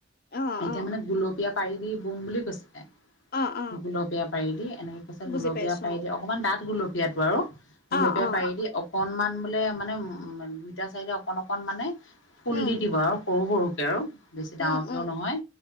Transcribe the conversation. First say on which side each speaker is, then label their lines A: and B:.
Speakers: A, on the left; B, on the left.
A: অ
B: এতিয়া
A: অ
B: মানে গুলপীয়া পাৰি বম বুলি কৈছে।
A: অ অ
B: গুলপীয়া পাৰি দি এনেকে কৈছে
A: বুজি
B: গুলপীয়া
A: পাইছো
B: পাৰি দি অকমান দাঠ গুলপীয়াটো আৰু। গোলপীয়া
A: অ অ অ
B: পাৰি দি অকনমান বোলে মানে উ, দুইটা চাইডে অকন অকণ মানে ফুল
A: উম
B: দি দিব আৰু সৰু - সৰু আৰু বেছি ডাঙৰ
A: উম
B: কিয়
A: উম
B: নহয়